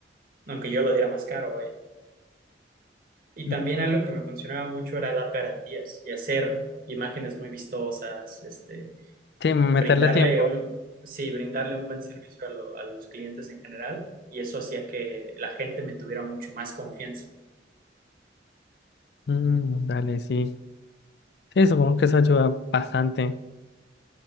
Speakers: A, on the right (about 50°); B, on the left (about 60°).
A: aunque yo lo diera más caro, vaya. Y
B: Mm,
A: también algo que me funcionaba mucho era dar garantías y hacer imágenes muy vistosas, este,
B: Sí, meterle
A: brindarle
B: tiempo.
A: un, sí, brindarle un buen servicio a, lo- a los clientes en general y eso hacía que la gente me tuviera mucho más confianza.
B: Mm, dale, sí. Sí, supongo que eso ayuda bastante.